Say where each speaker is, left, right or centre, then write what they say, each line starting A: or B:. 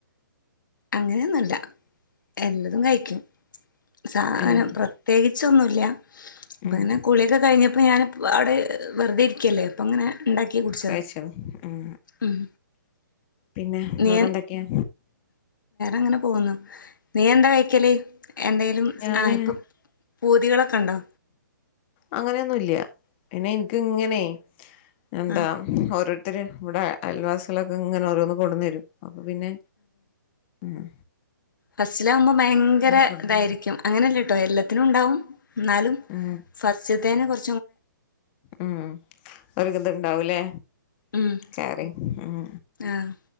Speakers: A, on the left; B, on the left.
A: അങ്ങനെയൊന്നല്ല എല്ലതും കയിക്കും ചാ
B: ആഹ്
A: അനെ പ്രത്യേകിച്ചൊന്നുല്യാ പ്പങ്ങനെ
B: ഉം
A: കുളിയക്കെ കഴിഞ്ഞപ്പ ഇങ്ങ ഞാനിപ്പ് അവ്ടേ ഏ വെറുതെ ഇരിക്യല്ലേ അപ്പൊങ്ങനെ ഇണ്ടാക്കി കുടിച്ചതാ
B: കഴിച്ചോ ഉം
A: ഉം
B: പിന്നെ
A: നീയെ
B: വേറെന്തൊക്കെയാ
A: അങ്ങനെ പോകുന്നു നീ എന്താ കഴിക്കല് എന്തയലും സ്
B: ഞാന്
A: ആ ഇപ്പം പൂതികളൊ കണ്ടോ
B: അങ്ങനെയൊന്നുല്യാ പിന്നെ എനിക്ക് ഇങ്ങനേ എന്താ
A: ആഹ്
B: ഒരോ ത്തിരെ ഇവിട അയൽവാസിളൊക്കെ ങ്ങനെ ഓരോന്ന് കൊട്ന്നെരും അ പൊ പിന്നെ ഉം
A: പസ്റ്റിലാകുമ്പം ഭയങ്കര
B: കൊട്ന്ന്
A: ഇതായിരിക്കും അങ്ങനല്ലേട്ടോ എല്ലത്തിനും ഉണ്ടാവും ഉം ന്നാലും
B: ഉം
A: ഫസ്റ്റിത്തേന് കൊർ
B: ഉം അവരെക്കെന്തെൺ ണ്ടാവൂലേ
A: ഉം
B: കാറി ഉം
A: ആഹ്